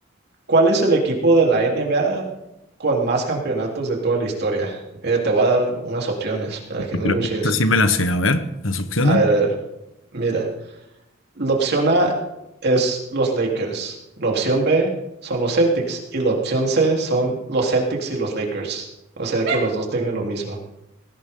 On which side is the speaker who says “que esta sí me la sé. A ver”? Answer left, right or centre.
Left